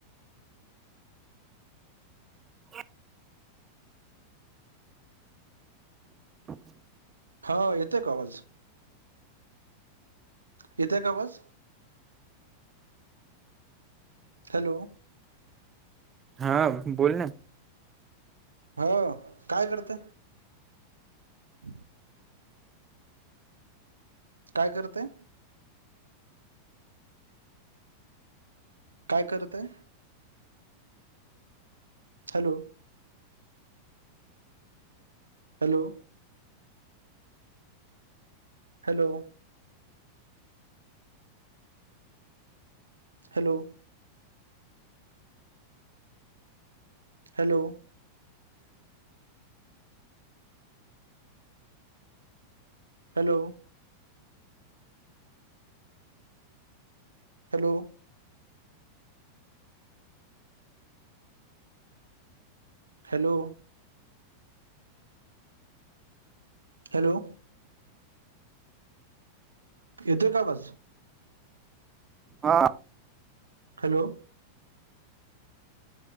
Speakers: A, on the right (about 20°); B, on the right (about 80°).
A: ह <inaudible> क <inaudible>
B: हा, येतेय का आवाज? येते का आवाज? हॅलो.
A: हा, बोल ना?
B: हो, काय करते? हम काय करते? काय करत आहे? Hello. Hello. Hello. Hello. Hello. Hello. Hello. Hello. Hello. येतोय का आवाज?
A: हा.
B: हॅलो.